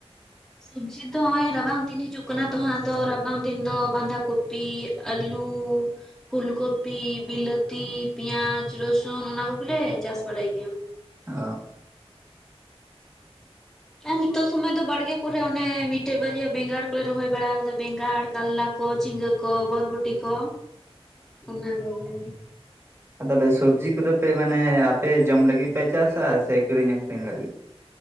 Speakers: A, in the centre; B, on the right (about 25°).
A: ᱥᱚᱵᱡᱤ ᱫᱚ ᱱᱚᱜᱚᱭ ᱨᱟᱵᱟᱝ ᱫᱤᱱ ᱦᱤᱡᱩᱜ ᱠᱟᱱᱟ ᱛᱚᱫᱚ ᱨᱟᱵᱟᱝ ᱫᱤᱱ ᱫᱚ ᱵᱟᱸᱫᱷᱟ ᱠᱚᱼᱼ <inaudible> ᱟᱞᱩ ᱯᱷᱩᱞ ᱠᱚᱯᱤ ᱵᱤᱞᱟᱹᱛᱤ ᱯᱮᱸᱭᱟᱡ ᱨᱚᱥᱼᱼ <inaudible> ᱚᱱᱟ ᱠᱚ ᱵᱚᱞᱮ ᱪᱟᱥ ᱵᱟᱲᱟᱭ ᱜᱮᱭᱟ᱾
B: ᱚ
A: ᱟᱨ ᱱᱤᱛᱚᱜᱜ ᱥᱚᱢᱚᱭ ᱫᱚ ᱵᱟᱲᱜᱮ ᱠᱚᱨᱮ ᱚᱱᱮ ᱢᱤᱫᱴᱮᱡ ᱵᱟᱨᱭᱟ ᱵᱮᱸᱜᱟᱲ ᱠᱚᱞᱮ ᱨᱚᱦᱚᱭ ᱵᱟᱲᱟ ᱟᱠᱟᱫᱟ ᱵᱮᱸᱜᱟᱲ ᱠᱟᱟᱨᱞᱟ᱾ ᱠᱚ ᱪᱷᱤᱝᱜᱠ ᱵᱚᱨᱵᱚᱴ ᱠᱚ ᱚᱱᱟ ᱠᱚ ᱜᱮ
B: ᱛᱟᱦᱚᱞᱮ ᱥᱚᱵᱽᱡᱤ ᱠᱚᱫᱚ ᱯᱮ ᱢᱟᱱᱮ ᱟᱯᱮ ᱡᱚᱢ ᱞᱟᱹᱜᱤᱫ ᱯᱮ ᱪᱟᱥᱟ ᱥᱮ ᱠᱤᱨᱤᱧ ᱟᱠᱷᱨᱤᱧ ᱞᱟᱹᱜᱤᱫ᱾